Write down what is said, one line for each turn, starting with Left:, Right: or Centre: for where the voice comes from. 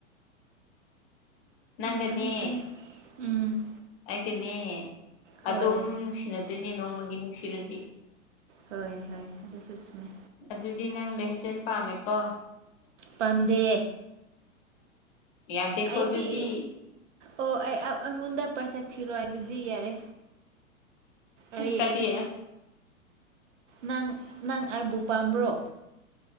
Left: ꯅꯪꯒꯅꯦ
Right: ꯐꯔꯦ ꯐꯔꯦ ꯎꯝ
Left: ꯑꯩꯒꯅꯤ
Right: ꯍꯣꯏ
Left: ꯑꯗꯨꯝ ꯅꯨꯡꯁꯤꯅꯗꯣꯏꯅꯦ ꯅꯣꯡꯃꯒꯤ ꯅꯨꯡꯁꯤꯔꯗꯤ
Right: ꯍꯣꯏ ꯍꯣꯏ ꯑꯗꯨꯁꯨꯆꯨꯝꯃꯦ꯫
Left: ꯑꯗꯨꯗꯤ ꯅꯪ ꯂꯩꯁꯦꯟ ꯄꯥꯝꯃꯦꯀꯣ꯫
Right: ꯄꯥꯝꯗꯦ
Left: ꯌꯥꯗꯦ ꯀꯣ
Right: ꯑꯩꯗꯤ
Left: ꯑꯗꯨꯗꯤ
Right: ꯑꯣ ꯑꯩ ꯑ ꯑꯉꯣꯟꯗ ꯄꯩꯁꯥ ꯊꯤꯔꯣ ꯑꯗꯨꯗꯤ ꯌꯥꯔꯦ꯫ ꯑꯩ
Left: ꯀꯔꯤ <inaudible>
Right: ꯅꯪ ꯅꯪ ꯑꯩꯕꯨ ꯄꯥꯝꯕ꯭ꯔꯣ